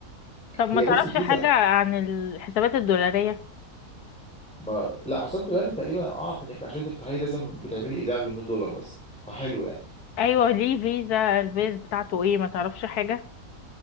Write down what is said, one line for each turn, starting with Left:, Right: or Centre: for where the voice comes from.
Left: طب
Centre: هي
Left: ما تعرفش
Centre: بص الفيزا
Left: حاجة عن الحسابات الدولارية
Centre: ما لا حساب دولاري تقريبا اعرف انك عشان تفتحيه لازم بتعملي ايداع ب 100 دولار بس فحلو يعني
Left: ايوه ليه فيزا الفيز بتاعته ايه ما تعرفش حاجة